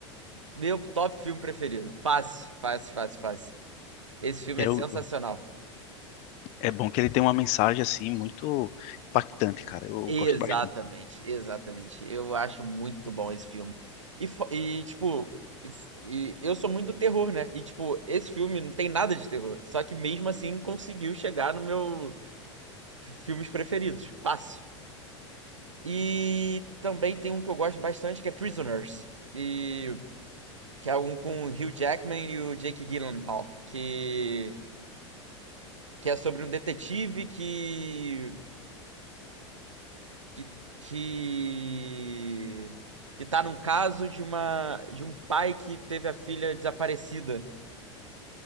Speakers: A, on the right; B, on the left.
A: Meu top filme preferido. Fácil, fácil, fácil, fácil. Esse filme é
B: Eu,
A: sensacional.
B: é bom que ele tem uma mensagem assim muito impactante, cara. Eu
A: Exatamente,
B: gosto bastante.
A: exatamente. Eu acho muito bom esse filme. E, fo- e, tipo, e, f- e eu sou muito do terror, né? E, tipo, esse filme não tem nada de terror. Só que mesmo assim conseguiu chegar no meu f- filmes preferidos. Fácil. E também tem um que eu gosto bastante que é Prisoners. E, que é um com o Hugh Jackman e o Jake Gyllenhaal. Que que é sobre um detetive que que que que tá num caso de uma de um pai que teve a filha desaparecida.